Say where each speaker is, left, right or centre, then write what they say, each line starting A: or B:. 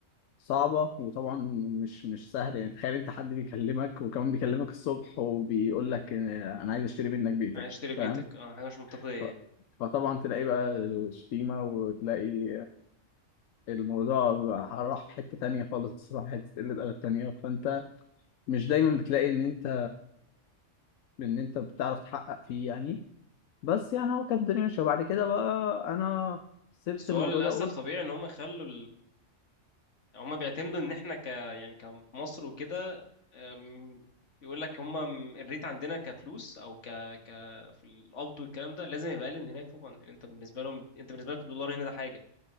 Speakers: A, on the left; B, on the left.
A: صعبة وطبعا مش مش سهل يعني تخيل انت حد بيكلمك وكمان بيكلمك الصبح وبيقول لك اه، انا عايز اشتري منك بيتك
B: عايز اشتري بيتك
A: فاهم
B: اه حاجه مش منطقيه
A: ف-
B: يعني
A: فطبعا تلاقي بقى شتيمة وتلاقي الموضوع راح في حتة تانية خالص راح حتة قلة أدب تانية فانت مش دايما بتلاقي ان انت ان انت بتعرف تحقق فيه يعني بس يعني هو كانت الدنيا ماشية وبعد كده بقى انا سبت
B: بس
A: الموضوع
B: هو للاسف
A: ده وقلت
B: طبيعي ان هم يخلوا هما بيعتمدوا ان احنا ك يعني كمصر وكده أم، يقول لك هما م- الريت عندنا كفلوس او ك ك في القبض والكلام ده لازم يبقى اقل من هناك طبعا يعني انت بالنسبه لهم انت بالنسبه لك الدولار هنا ده حاجه